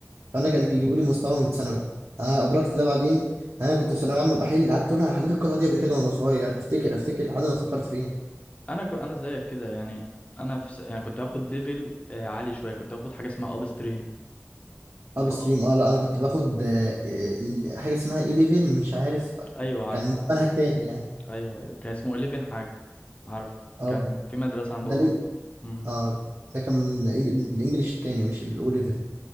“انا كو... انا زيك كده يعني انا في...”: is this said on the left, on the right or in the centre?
Left